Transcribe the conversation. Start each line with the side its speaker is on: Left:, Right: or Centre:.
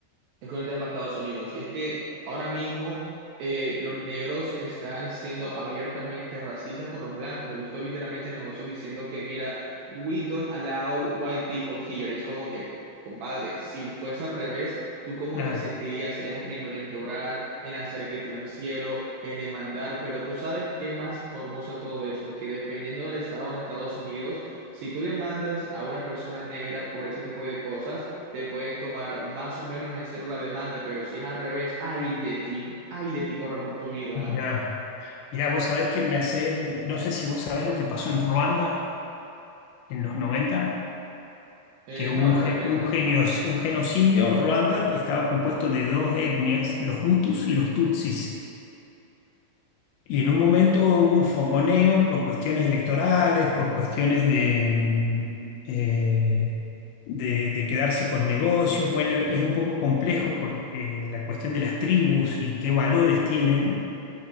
Right: es con el tema de Estados Unidos. Y es que ahora mismo eh, los negros están siendo abiertamente racistas con los blancos. He visto literalmente negocios diciendo que, mira, we don't allow white people here. Y es como que, compadre, si fuese al revés, ¿tú cómo
Left: Claro,
Right: te sentirías? Serías el primero en llorar, en hacer el grito en el cielo, en demandar. Pero tú sabes qué más morboso de todo esto, que dependiendo del estado en Estados Unidos, si tú demandas a una persona negra por ese tipo de cosas, te pueden tomar más o menos en cero la demanda, pero si es al revés, ay de ti, ay de ti, corre por tu vida.
Left: ya. Mirá, vos sabés que me hace, no sé si vos sabés lo que pasó en Ruanda en los 90
Right: ¿eh?
Left: que
Right: Eh,
Left: hubo
Right: no,
Left: un,
Right: la verdad
Left: ge-
Right: es que
Left: un,
Right: no.
Left: genio- un genocidio. Ruanda estaba compuesto de dos etnias, los Hutus y los Tutsis. Y en un momento hubo un fogoneo por cuestiones electorales, por cuestiones de, mm, eh, de, de quedarse con negocios. Bueno, es un poco complejo porque eh, la cuestión de las tribus y qué valores tienen